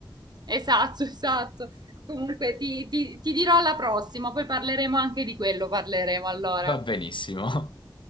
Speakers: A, on the right; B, on the left.
A: Esatto, <laughs> esatto. Comunque ti, ti ti dirò alla prossima, poi parleremo anche di quello, parleremo allora.
B: Va benissimo. <laughs>